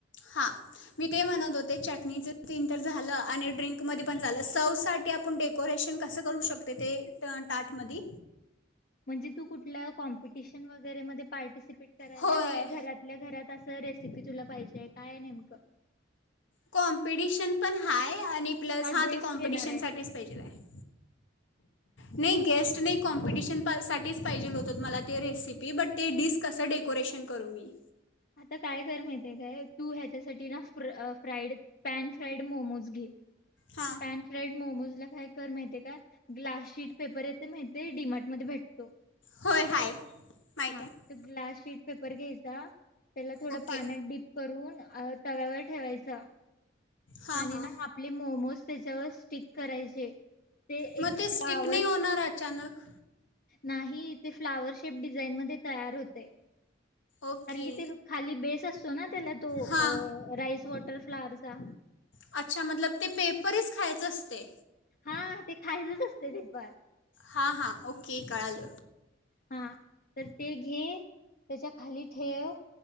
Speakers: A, on the left; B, on the left.
A: हा! मी ते म्हणत होते चटणीच तीन तर झालं, आणि ड्रिंक मध्ये पण झालं, सर्व्हसाठी आपुण डेकोरेशन कसं करू शकते ते ट ताट मधी.
B: जी तू कुठल्या कॉम्पिटिशन वगैरे मध्ये पार्टिसिप पीठ करायल्यास
A: होय
B: घरातल्या घरात अस तर रेसिपी तुला पाहिजे काय नेमकं
A: कॉम्पिटिशन पण हाय आणि प्लस
B: का
A: हा
B: गेस्ट
A: ते कॉम्पिटिशनसाठीठीच
B: येणार आहेत?
A: पाहिजेला आहे नाही गेस्ट नाही कॉम्पिटिशनसाठीठीच पाहिजे होत मला ते रेसिपी बट ते डिश कसं डेकोरेशन करू मी
B: आता काय कर माहित आहे काय तू ह्याच्यासाठी ना फ फ्राईड पॅन फ्राईड मोमोज घे
A: हां
B: पॅन फ्राईड मोमोजला काय कर माहितीये काय ग्लास शीट पेपर येत माहती डडीमार्ट मध्ये भेटतो.
A: होय हाय माहीत
B: हा
A: आहे
B: ग्लास शीट पेपर घ्यायचा त्याला थोड
A: ओके
B: पाण्यात डीप करून अ तव्यावर ठेवायचा
A: हां
B: आणि
A: हां
B: ना आपले मोमोज त्याच्यावर स्टिक करायचे ते
A: मग
B: एक फ्लावर
A: ते स्टिक नाही होणार अचानक
B: नाही ते फ्लावर शेप डिझाईन मध्ये तयार होते
A: ओके
B: कारण कि ते खाली बेस असतो ना त्याला तो
A: हां
B: राईस वॉटर फ्लावरचा
A: अच्छा मतलब ते पेपरच खायचं असते
B: हा ते खायचच असते वेपर
A: हा हा ओके ओके कळाल
B: हा तर ते घे त्याच्या खाली ठेव